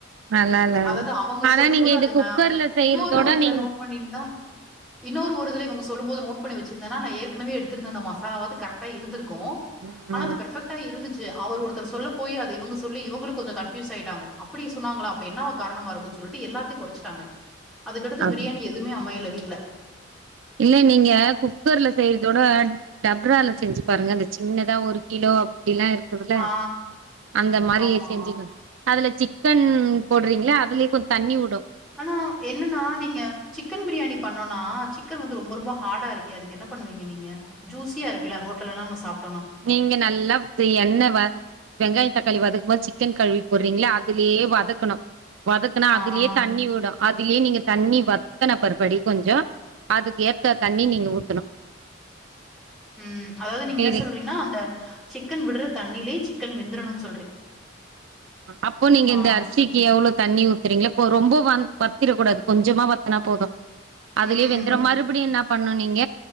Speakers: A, on the right; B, in the centre.
A: நல்லா இல்ல
B: அததா அவங்க
A: ஆனா
B: சொல்லும்
A: நீங்க
B: போது
A: இது
B: அது
A: குக்கர்ல
B: நா
A: செய்யறதோட
B: இன்னொரு ஒருதுல
A: நீங்
B: நோட் பண்ணிந்தா இன்னொரு ஒருதல இவுங்க சொல்லும் போது நோட் பண்ணி வச்சிருந்தனா நா ஏற்கனவே எடுத்திருந்த அந்த மஸ் சலாவாது கரக்டா இருந்திருக்கு
A: ம்
B: அது பெர்பெக்டா இருந்துச்சு அவர் ஒருத்தர் சொல்ல போய் அது இவுங்க சொல்லி இவுங்களு கொஞ்ச கன்ஃபியூஸ் ஆயிட்டாங்க அப்டி சொன்னாங்களா அப்ப என்னவா காரணமா இருக்குன் சொல்லிட்டு எல்லாத்தியு கொறைச்சிட்டாங்க அதுக்கடுத்து
A: அப்
B: பிரியாணி எதுமே அமையல வீட்ல
A: இல்ல நீங்க குக்கர்ல செய்யறதோட டப்ரால செஞ்சு பாருங்க அந்த சின்னதா ஒரு கிலோ அப்டிலா இருக்குதுல
B: ஆ
A: அந்த மாரி
B: ஆமா
A: செஞ்சுங்க அதுல சிக்கன் போட்றிங்ளா அதுலே கொஞ் தண்ணி வுட்
B: ஆனா என்னனா நீங்க சிக்கன் பிரியாணி பண்ணோனா சிக்கன் வந்து ரொம்ப ரொம்ப ஹாடா இருக்கே அதுக்கு என்ன பண்ணுவீங்க நீங்க ஜூஸியா இருக்குல்ல ஹோட்டல்லலா நம்ம சாப்ட்டோனா
A: நீங்க நல்லா வ எண்ணெ வ வெங்காய தக்காளி வதக்கம்போது சிக்கன் கழுவி போர்றீங்கல்ல அதுலியே வதக்கணு வதக்குனா
B: ஆ
A: அதுலியே
B: ஆ.
A: தண்ணி விடு அதுலியே நீங்க தண்ணி வத்தன பர்படி கொஞ்ச அதுக்கு ஏத்த தண்ணி நீங்க ஊத்தணு
B: ம் அதாவது
A: ஊத்தணு
B: நீங்க என்ன சொல்றீங்கனா அந்த சிக்கன் விட்ற தண்ணியிலயே சிக்கன் வெந்துரணுன்
A: அப்போ நீங்க
B: ஆ.
A: இந்த அரிசி க்கி எவ்ளோ தண்ணி ஊத்துறீங்களா இப்போ ரொம்ப வந் வத்திரக்கூடாது கொஞ்சமா வத்துனா போது அதுலயே
B: ம்.
A: வெந்துரு மறுபடியு என்ன பண்ணு நீங்க